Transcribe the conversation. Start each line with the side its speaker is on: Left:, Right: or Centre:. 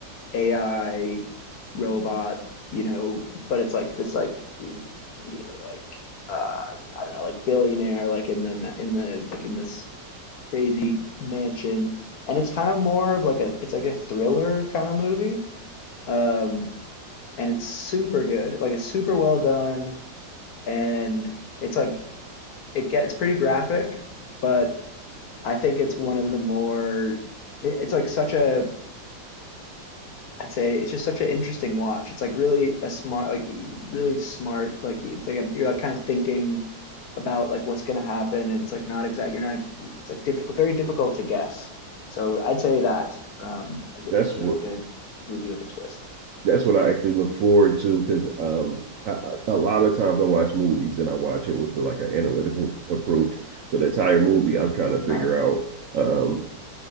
Left: AI robot, you know, but it's like this like you know like uh I don't know like billionaire like in the ma- in the like in this crazy mansion and it's kind of more of like a it's like a thriller kind of movie. Um, and it's super good. Like it's super well done and it's like it gets pretty graphic, but I think it's one of the more it, it's like such a I'd say it's just such an interesting watch. It's like really a smart like really smart like it's like you're like kind of thinking about like what's going to happen and it's like not exact you're not it's like difficult very difficult to guess. So I'd say that um is a,
Right: that's
Left: is a really
Right: what
Left: good movie with a twist.
Right: that's what I actually look forward to because um I, I- a lot of times I watch movies and I watch it with like an analytical approach. So the entire movie I'm trying to figure
Left: Nice.
Right: out um